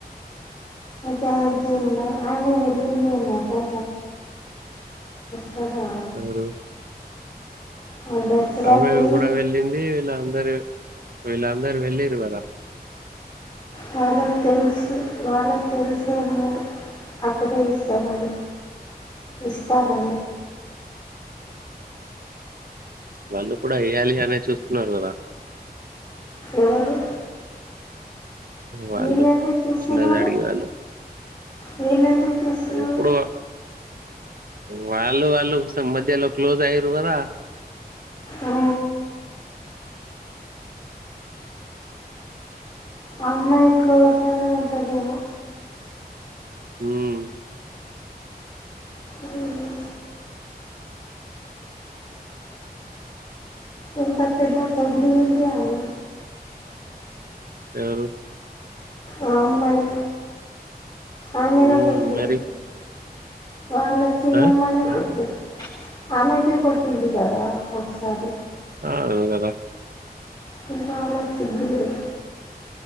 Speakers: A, on the left; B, on the right.
A: అయితే ఆంటీ ఉందా ఆమె వెళ్ళిందేమో కద కదా
B: ఎవరు
A: ఆ దసరాకి
B: ఆమె గూడ వెళ్ళింది వీళ్ళు అందరు ఇలా అందరు వెళ్ళిరు కదా
A: వాళ్ళకి తెలుసు వాళ్ళకి తెలిసేమో అక్కడే ఇస్తారని ఇస్తారని
B: వాళ్ళు కూడా ఎయ్యాలి అనే చూస్తున్నారు కదా
A: ఎవరు
B: వాళ్ళు
A: వీళ్ళు ఎందుకు తీస్తున్నారు
B: చిన్న జాడికి వాళ్ళు
A: వీళ్ళు ఎందుకు తీస్తున్నారు
B: ఎప్పుడు వాళ్ళు వాళ్ళు సం మధ్యలో క్లోజ్ అయ్యరు గదా
A: ఆ ఆ అమ్మాయి క్లోజ్ గానే ఉంటదేమో
B: హ్మ్
A: ఉమ్, ఇంత పెద్ద జగీడి ఉంది ఆమె
B: ఎవరు
A: ఆ అమ్మాయి ఆమెనే
B: హ్మ్.
A: కొట్టింది
B: మరి.
A: వాళ్ళ చిన్నమ్మనే
B: ఆ!
A: కొట్టి ఆమెకే కొట్టింది కదా ఒకసారి
B: ఆ అవును గదా
A: ఇంకా నాకు సిగ్గు లేదు